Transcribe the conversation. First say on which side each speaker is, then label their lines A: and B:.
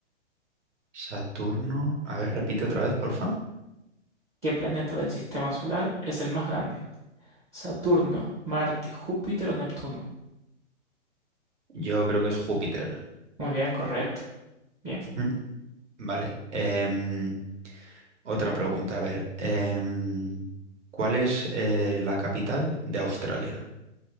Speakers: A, on the right; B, on the right.
A: Saturno. A ver, repite otra vez, porfa.
B: ¿Qué planeta del sistema solar es el más grande? ¿Saturno, Marte, Júpiter o Neptuno?
A: Yo creo que es Júpiter.
B: Muy bien, correcto. Bien,
A: Mm, Vale. Em, Otra pregunta, a ver. em, ¿cuál es eh, la capital de Australia?